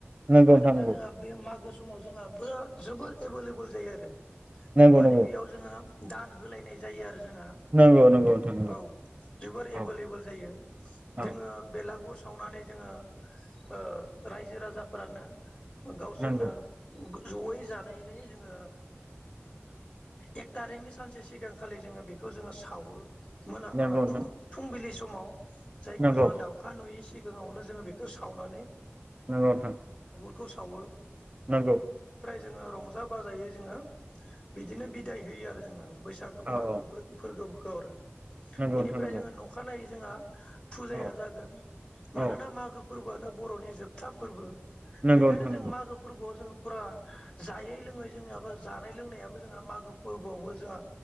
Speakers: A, on the right (about 30°); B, on the left (about 25°).
A: नंगौ
B: मानोना
A: नोंथां नंगौ
B: जोंहा बे मागो स समाव जोंहा बेरा जोबोर एभेलेबोल जायो आरो।
A: नंगौ
B: माने
A: नंगौ
B: बेयाव जोङो। दान होलायनाय जायो आरो। जोङो
A: नंगौ नंगौ नोंथां नंगौ
B: औ जोबोर
A: औ
B: एभोलेबोल जायो जोंङो
A: औ
B: बेलागुर सावनानै जोङो ओ रायजो राजाफोरानो। गावसोरनो
A: नंगौ
B: गो जयै जानायनै जोङो एक थारिखनि सानसे सिगांखालि जोङो बेखौ जोङो सावो मोना
A: नंगौ नोंथां
B: फ फुंबिलि समाव जायखौ
A: नंगौ
B: जोङो दाउखा नुयै सि सिगाङावनो जोङो बेखौ सावनानै
A: नंगौ नोंथां।
B: बेखौ सावो
A: नंगौ।
B: जोंङो रंजा बान्जायै जोंङो बिदिनो बिदाय होयो आरो जोङो बै बैसागो
A: औ
B: मागो
A: औ
B: फोरगौ। गर
A: नंगौ
B: बिनिफ्राय
A: नोंथां नंगौ
B: जोङो नखानायै जोंहा फुजाया
A: औ
B: जागोन मानोना
A: औ
B: मागो फोरबोआनो बर'नि जोबथा फोरबो
A: नंगौ
B: बेखायनो
A: नोंथां
B: जों
A: नंगौ
B: मागो फोरबोआव जों फुरा जायै लोङै जोंनियाबो जानाय लोंनायाबो जोंहा मागो फोरबोआवबो जोंहा